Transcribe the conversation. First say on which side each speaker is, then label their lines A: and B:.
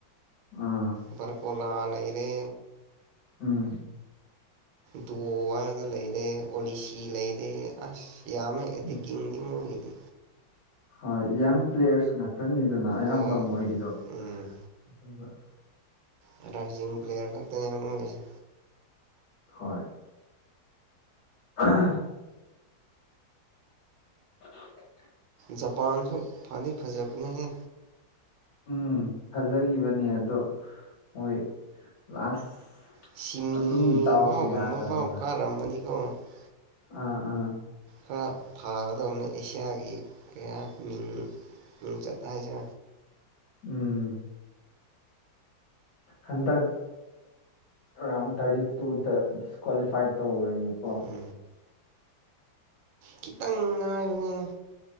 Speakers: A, on the left; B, on the right.
A: ꯑꯥ
B: ꯕꯔꯀꯣꯂꯥ ꯂꯩꯔꯦ
A: ꯎꯝ
B: ꯗꯣ ꯍꯥꯏꯗ ꯂꯩꯔꯦ ꯑꯣꯂꯤꯁꯤ ꯂꯩꯔꯦ ꯑꯁ ꯌꯥꯝꯃꯦ ꯑꯦꯇꯤꯀꯤꯡꯗꯤ
A: ꯎꯝ
B: ꯃꯣꯌꯒꯤꯗꯤ
A: ꯍꯣꯏ ꯌꯪ ꯄ꯭ꯂꯦꯌꯔꯁ ꯉꯥꯛꯇꯅꯤꯗꯅ ꯑꯌꯥꯝꯕ
B: ꯑꯣ
A: ꯃꯣꯏꯒꯤꯗꯣ
B: ꯎꯝ
A: ꯑꯗꯨꯒ
B: ꯔꯥꯏꯔꯖꯤꯡ ꯄ꯭ꯂꯦꯌꯔ ꯈꯛꯇꯅꯦ ꯃꯣꯏꯒꯤꯁꯦ
A: ꯍꯣꯏ ꯑꯥ ꯑ <inaudible>
B: ꯖꯄꯥꯟꯁꯨ ꯐꯗꯤ ꯐꯖꯕꯅꯤꯍꯦ
A: ꯎꯝ ꯈꯖꯈꯤꯕꯅꯦ ꯑꯗꯣ ꯍꯣꯏ ꯂꯥꯁ
B: ꯁꯤꯃꯤ
A: ꯑꯗꯨꯝ ꯗꯥꯎ
B: ꯐꯥꯎꯒꯨꯝꯕ
A: ꯌꯥꯗꯕꯒ
B: <unintelligible>
A: ꯑ ꯑꯥ
B: ꯈꯔ ꯐꯥꯒꯗꯕꯅꯤ ꯑꯦꯁꯤꯌꯥꯒꯤ ꯀꯌꯥ ꯃꯤꯡ ꯃꯤꯡꯆꯠ ꯍꯥꯏꯁꯦ
A: ꯎꯝ ꯍꯟꯗꯛ ꯔꯥꯎꯟ ꯊꯥꯔꯇꯤ ꯇꯨꯗ ꯗꯤꯁꯀ꯭ꯋꯥꯂꯤꯐꯥꯏ ꯇꯧꯒꯔ꯭ꯦꯅꯦꯀꯣ
B: ꯎꯝ ꯈꯤꯇꯪ ꯉꯥꯏꯕꯅꯦ